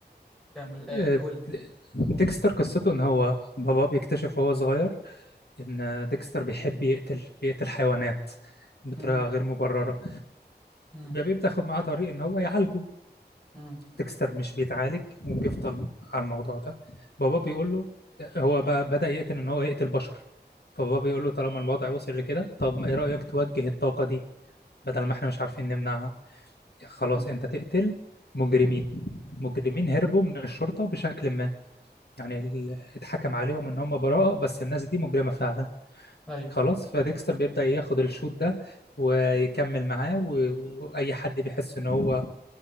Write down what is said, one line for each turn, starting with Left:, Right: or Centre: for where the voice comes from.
Centre: كمل آه
Left: آه،
Centre: قول لي
Left: ديكستر قصته ان هو بابا بيكتشف وهو صغير ان ديكستر بيحب يقتل بيقتل حيوانات بطريقه
Centre: امم
Left: غير مبرره
Centre: امم
Left: بيبقى بتاخد معاه طريق ان هو يعالجه
Centre: امم
Left: ديكستر مش بيتعالج وبيفضل على الموضوع ده بابا بيقول له هو بقى بدأ يقتل ان هو يقتل بشر فبابا بيقول له طالما الوضع وصل لكده طب ايه رأيك توجه الطاقه دي بدل ما احنا مش عارفين نمنعها خلاص
Centre: أمم.
Left: انت تقتل مجرمين مجرمين هربوا من الشرطه بشكل ما يعني ال- اتحكم عليهم ان هم براءة بس الناس دي مجرمة فعلا
Centre: ايوه
Left: خلاص فديكستر بيبدأ ياخد الشوط ده ويكمل معاه و- واي حد بيحس ان هو